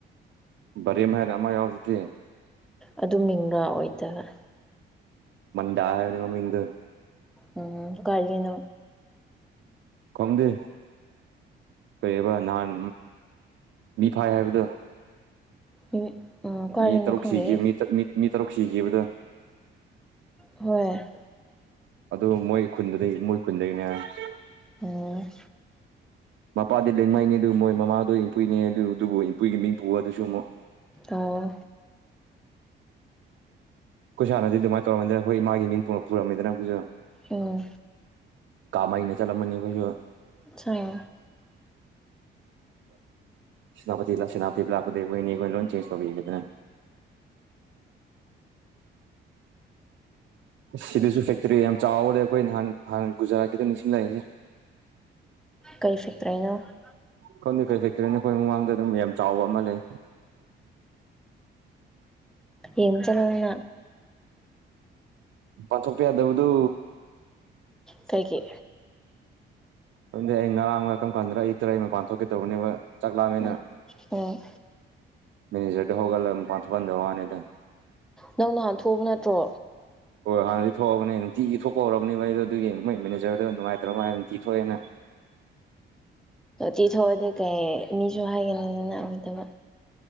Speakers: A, on the right (about 70°); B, in the centre.
A: ꯕꯔꯦꯝ ꯍꯥꯏꯅ ꯑꯃ ꯌꯥꯎꯕꯗꯨꯗꯤ
B: ꯑꯗꯨ ꯃꯤꯡꯗꯣ ꯑꯣꯏꯗꯕ
A: ꯃꯟꯗꯥ ꯍꯥꯏꯕꯅꯦ ꯃꯃꯤꯡꯗꯣ
B: ꯎꯝ ꯀꯥꯢꯗꯒꯤꯅꯣ
A: ꯈꯪꯗꯦ ꯀꯔꯤꯕ ꯅꯍꯥꯟ ꯃꯤ ꯐꯥꯏ ꯍꯥꯏꯕꯗꯣ
B: ꯎꯝ ꯀꯥꯏꯗꯅꯣ
A: ꯃꯤ ꯇꯔꯨꯛ
B: ꯈꯪꯗꯦꯍꯦ
A: ꯁꯤꯈꯤ ꯃꯤ -ꯃꯤ ꯇꯔꯨꯛ ꯁꯤꯈꯤꯕꯗꯣ
B: ꯍꯣꯏ
A: ꯑꯗꯨ ꯃꯣꯏ ꯈꯨꯟꯗꯗꯤ ꯃꯣꯏ ꯈꯨꯟꯗꯒꯤꯅꯦ ꯍꯥꯏꯌꯦ
B: ꯎꯝ
A: ꯃꯄꯥꯗꯤ ꯂꯦꯡꯃꯥꯏꯅꯦ ꯑꯗꯨ ꯃꯣꯏ ꯃꯃꯥꯗꯣ ꯏꯝꯄꯨꯏꯅꯦ ꯑꯗꯨ ꯑꯗꯨꯕꯨ ꯏꯝꯄꯨꯒꯤ ꯃꯤꯡ ꯄꯨ ꯑꯗꯨꯁꯨ ꯑꯃꯨꯛ
B: ꯑꯥ
A: ꯑꯩꯈꯣꯏ ꯁꯥꯥꯟꯅꯗꯤ ꯑꯗꯨꯃꯥꯏꯅ ꯇꯧꯔꯝꯃꯗꯅ ꯑꯩꯈꯣꯏ ꯃꯥꯒꯤ ꯃꯤꯡ <unintelligible> <unintelligible> <unintelligible> <unintelligible> ꯑꯩꯈꯣꯏꯁꯨ
B: ꯎꯝ
A: ꯀꯃꯩꯅ ꯆꯠꯂꯝꯒꯅꯤ ꯑꯩꯈꯣꯏꯁꯨ
B: <unintelligible>
A: ꯁꯦꯅꯥꯄꯇꯤ ꯂ ꯁꯦꯅꯥꯄꯇꯤ ꯂꯥꯛꯄꯗꯩ ꯑꯩꯈꯣꯏꯅꯤ ꯑꯩꯈꯣꯏꯅ ꯂꯣꯟ ꯆꯦꯟꯖ ꯇꯧꯕꯤꯈꯤꯗꯅ ꯁꯤꯗꯁꯨ ꯐꯦꯛꯇꯔꯤ ꯌꯥꯝ ꯆꯥꯎꯕꯔ ꯂꯩ ꯑꯩꯈꯣꯏ ꯅꯍꯥꯟ ꯍꯥꯟꯅ ꯒꯨꯖꯔꯥꯠꯀꯤꯗꯣ ꯅꯤꯡꯁꯤꯡꯂꯛꯑꯦꯍꯦ
B: ꯀꯩ <unintelligible> <unintelligible>
A: ꯈꯪꯗꯦ ꯀꯩ -ꯀꯩ ꯅꯣ ꯑꯩꯈꯣꯏ ꯃꯃꯥꯡꯗ ꯑꯗꯨꯝ ꯌꯥꯝ ꯆꯥꯎꯕ ꯑꯃ ꯂꯩ
B: ꯌꯦꯡ ꯆꯠꯂꯕꯅꯤꯅ
A: ꯃꯄꯥꯟ ꯊꯣꯛꯀꯦ ꯌꯥꯗꯕꯗꯨ
B: ꯀꯩꯒꯤ
A: ꯑꯗꯨꯝꯗꯤ ꯑꯩ ꯉꯔꯥꯡ ꯉ ꯀꯔꯝ ꯀꯥꯟꯗꯅꯣ ꯑꯌꯛꯇꯔ ꯑꯩ ꯃꯄꯥꯟ ꯊꯣꯛꯀꯦ ꯇꯧꯕꯅꯦꯕ ꯆꯥꯛꯂꯥꯝꯃꯦꯅ
B: ꯎꯝ ꯎꯝ
A: ꯃꯦꯅꯦꯖꯔꯦ ꯍꯧꯒꯠꯂ ꯃꯄꯥꯜ ꯊꯣꯛꯍꯥꯟꯗꯕ ꯋꯥꯅꯦꯗ
B: ꯅꯪ ꯍꯥꯟꯅ ꯊꯣꯛꯑꯕ ꯅꯠꯇ꯭ꯔꯣ
A: ꯍꯣꯏ ꯍꯥꯟꯅꯗꯤ ꯊꯣꯛꯍꯑꯕꯅꯦ ꯅꯨꯡꯇꯤꯒꯤ ꯊꯣꯛꯄ ꯍꯧꯔꯔꯕꯅꯦꯕ ꯑꯩꯗꯣ ꯑꯗꯨꯒꯤ ꯃꯣꯏ ꯃꯦꯅꯦꯖꯔꯗ ꯅꯨꯡꯉꯥꯏꯇ꯭ꯔ ꯃ ꯅꯨꯡꯇꯤ ꯊꯣꯛꯑꯦꯅ
B: ꯇꯤ ꯊꯣꯛꯑꯗꯤ ꯀꯩ ꯃꯤꯁꯨ ꯍꯥꯏꯒꯅꯤ ꯑꯗꯨ ꯅꯥꯑꯣꯏꯗꯕ